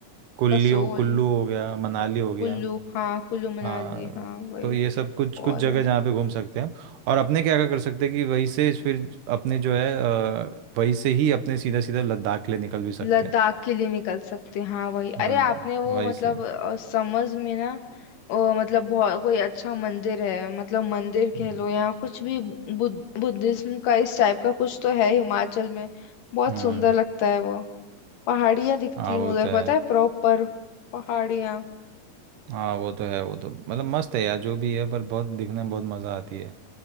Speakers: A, on the right; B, on the left.
A: कुल्ली
B: कसोल
A: हो- कुल्लू हो गया मनाली हो गया
B: कुल्लू हाँ कुल्लू मनाली
A: हाँ
B: हाँ वही
A: तो ये सब कुछ कुछ
B: और
A: जगह जहाँ पे घूम सकते हैं और अपने क्या क्या कर सकते हैं कि वहीं से फिर अपने जो है अ, वहीं से ही अपने सीधा सीधा लद्दाख के लिए निकल भी सकते
B: लद्दाख
A: हैं
B: के लिए निकल सकते हैं हाँ वही
A: हम्म
B: अरे आपने वो
A: वहीं
B: मतलब
A: से
B: अ, समझ में ना अ, मतलब बहुत कोई अच्छा मंदिर है मतलब मंदिर
A: हम्म
B: कह लो या कुछ भी बुद्ध बुद्धिज्म का इस टाइप का कुछ तो है हिमाचल में बहुत
A: हम्म।
B: सुंदर लगता है वो पहाड़ियाँ दिखती
A: हाँ
B: हैं
A: वो
B: उधर
A: तो है
B: पता है प्रॉपर पहाड़ियाँ
A: हाँ वो तो है वो तो मतलब मस्त है यार जो भी है पर बहुत दिखने में बहुत मज़ा आती है